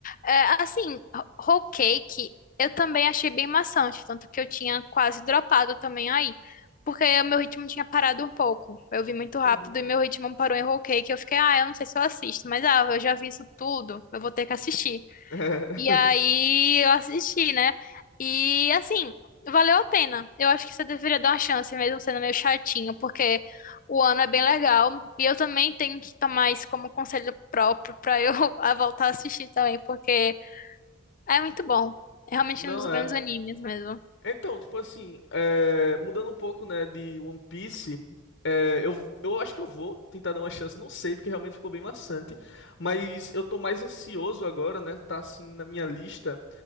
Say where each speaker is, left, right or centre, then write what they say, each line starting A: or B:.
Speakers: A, on the left (about 40°); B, on the left (about 55°).
A: É, assim, ho- whole cake eu também achei bem maçante, tanto que eu tinha quase dropado também aí, porque o meu ritmo tinha parado um pouco. Eu vi muito rápido
B: Uhum.
A: e meu
B: <laughs>
A: ritmo parou em whole cake. Eu fiquei, ah, eu não sei se eu assisto, mas ah, eu já vi isso tudo, eu vou ter que assistir.
B: É.
A: E aí eu assisti, né? E assim, valeu a pena. Eu acho que você deveria dar uma chance, mesmo sendo meio chatinho, porque o ano é bem legal. E eu também tenho que tomar isso como conselho próprio pra eu <laughs> a voltar a assistir também, porque é muito bom. É realmente
B: Não
A: um dos grandes
B: é.
A: animes mesmo.
B: Então, tipo assim, é, mudando um pouco, né, de One Piece, é, eu, eu acho que eu vou tentar dar uma chance, não sei, porque realmente ficou bem maçante, mas eu tô mais ansioso agora, né, tá assim na minha lista,